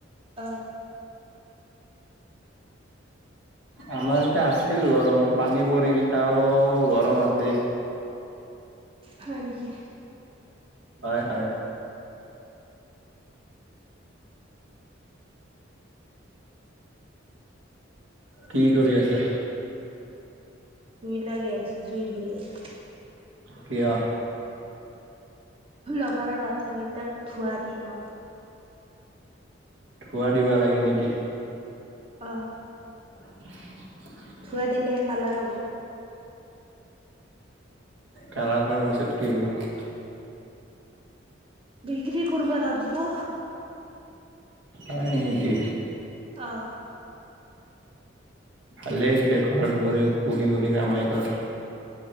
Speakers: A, on the right; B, on the right.
A: অ'!
B: আমাৰ ইয়াতে আছিল গৰম, পানী পৰিল, <unintelligible> গৰম আছে।
A: হয় নেকি?
B: হয়, হয়। কি কৰি আছা?
A: জুই লাগে আছোঁ, জুই ধৰি আছোঁ।
B: কিয়?
A: ল'বাৰৰ আঠা গিটাক ধোৱা দিম আৰু।
B: ধোৱা দিবা লাগে নিকি?
A: অ'।
B: <unintelligible>
A: ধোৱা দিলেহে, কালাৰ হ'ব।
B: কালাৰ হোৱাৰ পিছত কি হ'ব?
A: বিক্ৰী কৰবা লাগব।
B: হয় নেকি?
A: অ'।
B: ভালেই হৈছে, ঘৰত, ঘৰে বহি বহি কামাই কৰ।